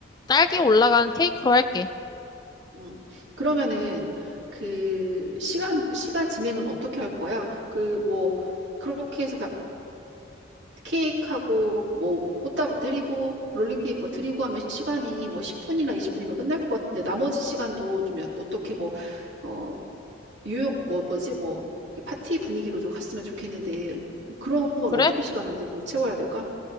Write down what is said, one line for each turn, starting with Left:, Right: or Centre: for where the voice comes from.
Left: 딸기 올라간 케이크로 할게.
Right: 음. 그러면은 그 시간 시간 진행은 어떻게 할 거야? 그 뭐 그렇게 해서 다 케이크하고 뭐 꽃다발 드리고 롤링페이퍼 드리고 하면 시간이 뭐 10분이나 20분이면 끝날 것 같은데 나머지 시간도 좀 연- 어떻게 뭐 어 유용 뭐 뭐지 뭐이 파티 분위기로 좀 갔으면 좋겠는데 뭐 그런 건
Left: 그래?
Right: 어떻게 시간을 좀 채워야 될까?